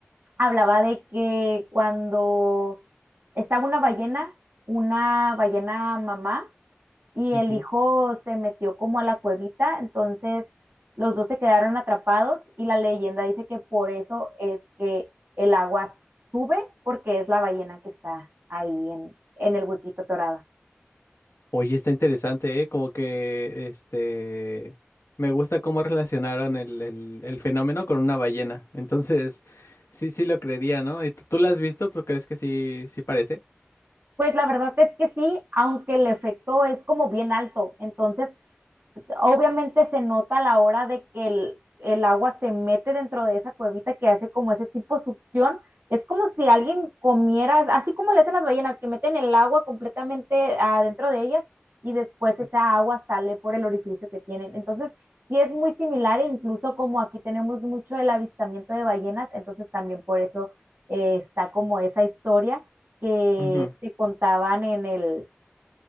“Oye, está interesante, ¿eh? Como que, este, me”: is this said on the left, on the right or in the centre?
Left